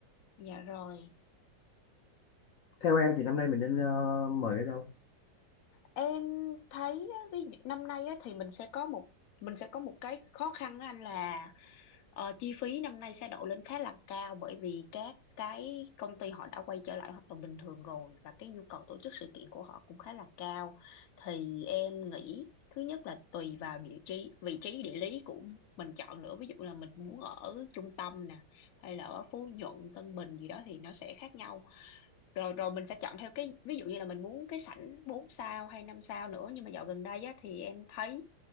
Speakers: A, on the left; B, on the left.
A: Dạ rồi,
B: theo em thì năm nay mình nên ờ, mời ở đâu
A: em thấy á, ví dụ năm nay á, thì mình sẽ có một mình sẽ có một cái khó khăn á anh là Ờ, chi phí năm nay sẽ đội lên khá là cao bởi vì các cái công ty họ đã quay trở lại hoạt động bình thường rồi và cái nhu cầu tổ chức sự kiện của họ cũng khá là cao. Thì em nghĩ thứ nhất là tùy vào địa trí, vị trí địa lý của mình chọn nữa. Ví dụ là mình muốn ở trung tâm nè hay là ở Phú Nhuận, Tân Bình gì đó thì nó sẽ khác nhau rồi rồi mình sẽ chọn theo cái ví dụ như là mình muốn cái sảnh 4 sao hay 5 sao nữa nhưng mà dạo gần đây á, thì em thấy